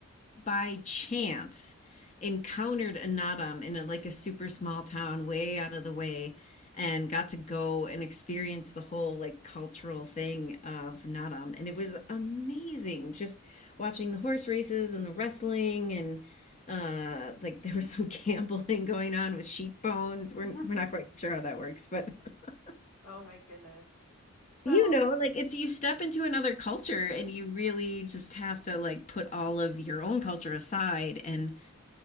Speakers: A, on the left; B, on the left.
A: by chance encountered Anatam in a, like a super small town way out of the way and got to go and experience the whole like cultural thing of Nadam. And it was amazing just watching the horse races and the wrestling and uh like <laughs> there was some gambling going on with sheep bones.
B: <laughs>
A: We're we're not quite sure how that works, but <laughs>
B: Oh my goodness. So,
A: you know, like it's you step into another culture
B: Mhm.
A: and you really just have to like put all of your own culture aside and
B: Mhm.